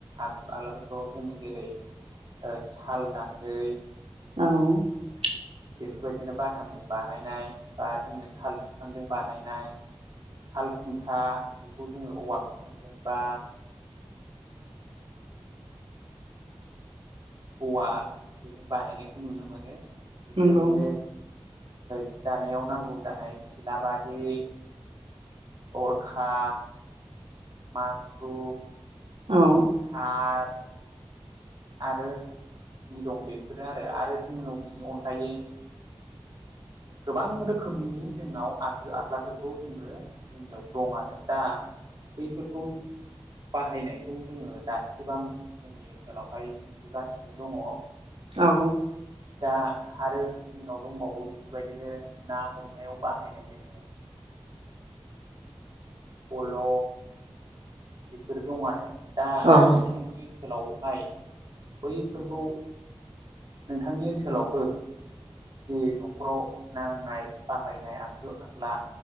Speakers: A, on the right; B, on the right.
A: आग आग्लाफोरखौ जोङो जेरै साल गान्दै
B: औ औ
A: बेफोरबायदिनो बाथानजों बानायनाय बा जोङो साल बिफांजों बानायनाय साल खु फा बेखौ जोङो औवा बिफांजों बा औवा बेजों बानायनायखौ नुनो मोनो। बेफोरबायदिनो
B: नंगौ
A: जि दानायाव नांगौ जानाय खिलाबारि अरखा माखु
B: औ
A: आरो आरो जि दं बेफोरो आरो आरो जोंनिन बिनि अनगायै गोबां रोखोमनि जोंनाव आगो आग्लाफोरखौ जोङो जोंनियाव दं आरो दा बैफोरखौ बाहायनायखौ जोङो दासिबां जोंनि ओनसोलावहाय नुबोगासिनो दङ
B: औ
A: दा आरो जोंनाव दंबावो बे बेबायदिनो ना हमनायाव बाहायनाय जोङो फल' बेफोर दं आरो। दा
B: औ
A: नोंथांनि ओनसोलावहाय बैफोरखौ नोंथांनि ओनसोलावबो जे नखर न'खराव नांनाय बाहायनाय आखु आखला